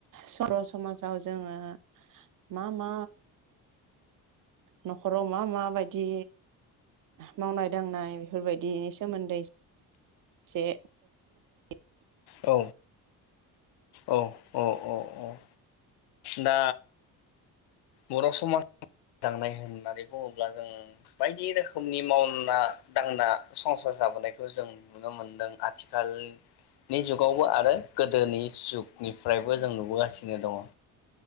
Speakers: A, on the right (about 45°); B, on the left (about 60°).
A: सर समाजाव जोङो मा मा न'खराव मा मा बायदि मावनाय दांनाय बेफोरबायदिनि सोमोन्दै एसे <unintelligible>
B: औ औ औ औ औ दा बर' समाज दांनाय होननानै बुङोब्ला जों बायदि रोखोमनि मावना दांना संसार जाबोनायखौ जों नुनो मोनदों आथिखालनि जुगावबो आरो गोदोनि जुगनिफ्रायबो जों नुबोगासिनो दङ।